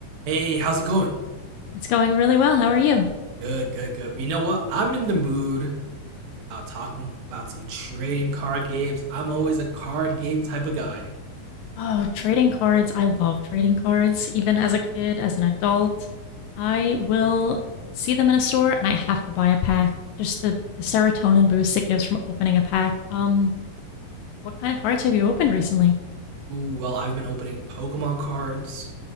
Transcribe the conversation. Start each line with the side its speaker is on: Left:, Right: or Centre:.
Right: Hey, how's it going?
Left: It's going really well. How are you?
Right: Good, good, good. But you know what? I'm in the mood about talking about some trading card games. I'm always a card game type of guy.
Left: Oh, trading cards. I love trading cards. Even as a kid, as an adult, I will see them in a store and I have to buy a pack. Just the, the serotonin boost it gives from opening a pack. Um, what kind of cards have you opened recently?
Right: Ooh, well, I've been opening Pokemon cards.